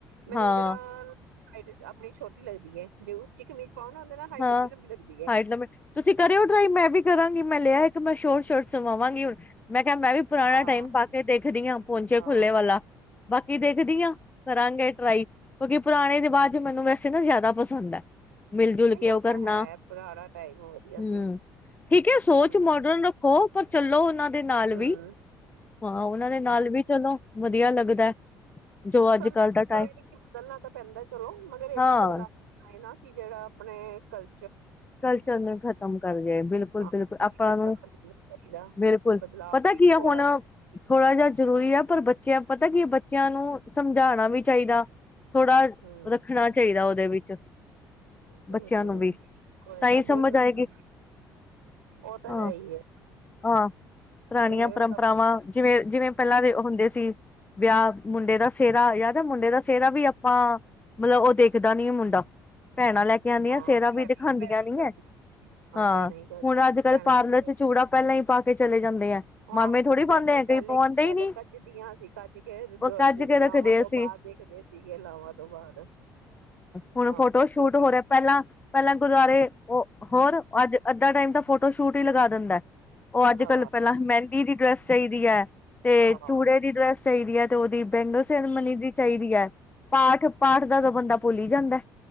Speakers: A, on the right; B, on the left.
A: ਮੈਨੂੰ
B: ਹਾਂ
A: ਉਹਦੇ ਨਾਲ ਹਾਈਟ ਆਪਣੀ ਛੋਟੀ ਲੱਗਦੀ ਹੈ ਜੇ ਉਹ ਚਿਕ ਮਿਰਚ <unintelligible> ਹੁੰਦੇ ਨਾ ਹਾਈ
B: ਹਾਂ
A: ਲੰਬੀ ਲੰਬੀ ਲੱਗਦੀ ਹੈ
B: ਹਾਈਟ ਲੰਬੇ ਤੁਸੀਂ ਕਰਿਓ ਟਰਾਈ ਮੈਂ ਵੀ ਕਰਾਂਗੀ ਮੈਂ ਲਿਆ ਇੱਕ ਮੈਂ ਸ਼ੋਰਟ ਸ਼ੋਰਟ ਸੁਵਾਵਾਂਗੀ ਹੁਣ ਮੈਂ ਕਿਹਾ ਮੈਂ ਵੀ ਪੁਰਾਣਾ
A: ਹਾਂ
B: ਟਾਈਮ ਪਾ ਕੇ ਦੇਖਦੀ ਹਾਂ ਪਹੁੰਚੇ
A: ਹਾਂ
B: ਖੁੱਲੇ ਵਾਲਾ ਬਾਕੀ ਦੇਖਦੀ ਹਾਂ ਕਰਾਂਗੇ ਟਰਾਈ ਕਿਉਂਕਿ ਪੁਰਾਣੇ ਰਿਵਾਜ਼ ਚ ਮੈਨੂੰ ਵੈਸੇ ਨਾ ਜ਼ਿਆਦਾ ਪਸੰ ਹੁੰਦਾ ਮਿਲ ਜੁਲ
A: ਨਹੀਂ
B: ਕੇ
A: ਉਹ
B: ਕਰਨਾ
A: ਤਾਂ ਹੈ ਪੁਰਾਣਾ ਟਾਈਮ ਵਧੀਆ
B: ਹਮ
A: ਸੀ
B: ਠੀਕ ਹੈ ਸੋਚ
A: ਹਮ
B: ਮੋਡਰਨ ਰੱਖੋ ਪਰ ਚਲੋ ਉਹਨਾਂ ਦੇ ਨਾਲ
A: ਹਮ
B: ਵੀ ਹਾਂ ਉਹਨਾਂ ਦੇ ਨਾਲ ਵੀ ਚਲੋ ਵਧੀਆ ਲੱਗਦਾ ਜੋ ਅੱਜ
A: ਸਮਂ
B: ਕੱਲ ਦਾ ਟਾਈਮ
A: ਚਲੋ ਇਹ ਕਿ ਬਦਲਣਾ ਤਾਂ ਪੈਂਦਾ ਚਲੋ ਮਗਰ ਇੰਨਾ
B: ਹਾਂ
A: ਬਦਲਾਵ ਆਏ ਨਾਲ ਕਿ ਜਿਹੜਾ ਆਪਣੇ ਕਲ
B: ਕਲਚਰ ਨੂੰ ਖ਼ਤਮ ਕਰ ਲਏ ਬਿਲਕੁਲ
A: ਹਾਂ
B: ਬਿਲਕੁਲ ਆਪਾਂ
A: ਬਦਲਾਵ
B: ਨੂੰ
A: ਨਹੀਂ ਚਾਹੀਦਾ
B: ਬਿਲਕੁਲ
A: ਬਦਲਾਵ
B: ਪਤਾ
A: ਵੀ
B: ਕੀ
A: ਥੋੜਾ
B: ਹੈ ਹੁਣ
A: ਥੋੜਾ
B: ਥੋੜ੍ਹਾ ਜਿਹਾ ਜ਼ਰੂਰੀ ਆ ਪਰ ਬ ਬੱਚਿਆਂ ਪਤਾ ਕੀ ਬੱਚਿਆਂ ਨੂੰ ਸਮਝਾਉਣਾ ਵੀ ਚਾਹੀਦਾ ਥੋੜ੍ਹਾ
A: ਹਮ
B: ਰੱਖਣਾ ਚਾਹੀਦਾ ਉਹਦੇ ਵਿੱਚ
A: ਹਮ
B: ਬੱਚਿਆਂ ਨੂੰ ਵੀ
A: ਕੋਈ ਨਾ
B: ਸਮਝ
A: ਦੇਖਣਾ
B: ਆਏਗੀ
A: ਉਹ ਤਾਂ
B: ਹਾਂ
A: ਹੈ ਹੀ ਹੈ
B: ਹਾਂ ਪੁਰਾਣੀਆਂ
A: ਇਹ
B: ਪਰੰਪਰਾਵਾਂ
A: ਸਭ
B: ਜਿਵੇਂ ਜਿਵੇਂ ਪਹਿਲਾਂ ਦੇ ਹੁੰਦੇ ਸੀ ਵਿਆਹ ਮੁੰਡੇ ਦਾ ਸਿਹਰਾ ਯਾਰ ਮੁੰਡੇ ਦਾ ਸਿਹਰਾ ਵੀ ਆਪਾਂ ਮਤਲਬ ਉਹ ਦੇਖ ਸਖਦਾ ਨੀ ਮੁੰਡਾ ਭੈਣਾਂ ਲੈ ਕੇ ਆਉਂਦੀਆਂ
A: ਹਾਂ
B: ਸਿਹਰਾ
A: ਭੈਣੇ
B: ਵੀ ਦਿਖਾਉਦੀ
A: ਭੈਣੇ ਹੀ ਕਰਦੀ
B: ਨੀ ਹੈ ਹਾਂ
A: ਭੈਣੇ ਹੀ ਕਰਦੀ
B: ਹੁਣ ਅੱਜ ਕੱਲ
A: ਭੈਣੇ
B: ਪਾਰਲਰ
A: ਹੀ ਕਰ
B: ਚ ਚੂੜਾ ਪਹਿਲਾਂ ਹੀ ਪਾ ਚਲੇ ਜਾਂਦੇ ਆ
A: ਹਾਂ
B: ਮਾਮੇ ਥੋੜ੍ਹੀ ਪਾਉਂਦੇ
A: ਜਦਕਿ
B: ਆ
A: ਪਹਿਲੇ
B: ਕਈ ਪਵਾਉਂਦੇ
A: ਪਹਿਲੇ
B: ਹੀ ਨੀ
A: ਕੱਜਦੀਆਂ ਸੀ ਕੱਜ ਕੇ
B: ਕੱਜ
A: ਜਦੋਂ
B: ਕੇ
A: ਲਾਵਾਂ
B: ਰੱਖਦੇ
A: ਤੋਂ
B: ਅਸੀਂ
A: ਬਾਅਦ ਦੇਖਦੇ ਸੀਗੇ ਲਾਵਾਂ ਤੋਂ ਬਾਅਦ ਹਾਂ
B: ਹੁਣ ਫੋਟੋ ਸ਼ੂਟ
A: ਕਿਣ
B: ਹੋ ਰਿਹਾ ਪਹਿਲਾਂ ਪਹਿਲਾਂ ਗੁਰਦੁਆਰੇ ਉਹ ਹੋਰ ਅੱਜ ਅੱਧਾ ਟਾਈਮ ਤਾਂ ਫੋਟੋ ਸ਼ੂਟ ਹੀ ਲਗਾ ਦਾ ਉਹ ਅੱਜ
A: ਹਾਂ
B: ਕੱਲ ਪਹਿਲਾਂ ਮਹਿੰਦੀ ਦੀ ਡਰੈਸ ਚਾਹੀਦੀ ਹੈ ਤੇ
A: ਹਾਂ
B: ਚੂੜੇ ਦੀ ਡਰੈਸ ਚਾਹੀਦੀ ਹੈ ਤੇ ਉਹਦੀ ਬੈਂਗਲ ਸੈਰਮਨੀ ਦੀ ਚਾਹੀਦੀ ਹੈ ਪਾਠ ਪਾਠ ਦਾ ਤਾਂ ਬੰਦਾ ਭੁੱਲ ਹੀ ਜਾਂਦਾ